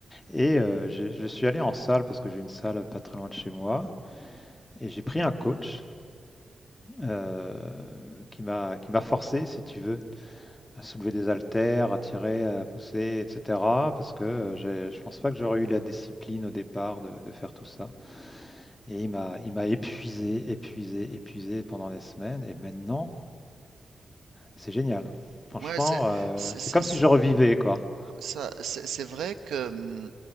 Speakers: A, on the left (about 25°); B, on the right (about 80°).
A: Et euh, j'ai- je suis allé en salle parce que j'ai une salle pas très loin de chez moi. Et j'ai pris un coach euh, qui m'a qui m'a forcé, si tu veux, à soulever des haltères, à tirer, à pousser, etc. Parce que euh, j'ai- je pense pas que j'aurais eu la discipline au départ de, de faire tout ça. Et il m'a il m'a épuisé, épuisé, épuisé pendant des semaines. Et maintenant, C'est génial. Franchement,
B: Ouais, c'est,
A: euh,
B: c'est,
A: c'est
B: c'est-
A: comme si je revivais, quoi.
B: Ça, c'est c'est vrai que hum,